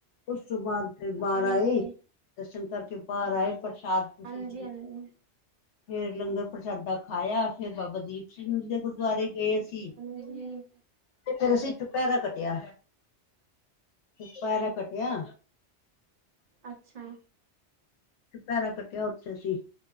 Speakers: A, on the left; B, on the right.
A: ਉਸ ਤੋਂ ਬਾਅਦ ਫੇਰ ਬਾਹਰ
B: ਹਾਂਜੀ।
A: ਆਏ ਦਰਸ਼ਨ ਕਰਕੇ ਬਾਹਰ ਆਏ ਪ੍ਰਸ਼ਾਦ ਪ੍ਰਸੂਦ
B: ਹਾਂਜੀ-ਹਾਂਜੀ,
A: ਫੇਰ ਲੰਗਰ ਪ੍ਰਸ਼ਾਦਾ ਖਾਇਆ ਫੇਰ ਬਾਬਾ ਦੀਪ ਸਿੰਘ ਜੀ ਦੇ ਗੁਰਦੁਆਰੇ ਗਏ ਅਸੀਂ
B: ਹਾਂਜੀ। ਹਾਂਜੀ
A: ਫਰ ਅਸੀਂ ਚੁਪਿਆਰਾ ਕਟਿਆ ਚੁਪਾਰਾ ਕਟਿਆ
B: ਅੱਛਾ
A: ਪੈਰਾ ਕੱਟਿਆ, ਉੱਥੇ ਅਸੀ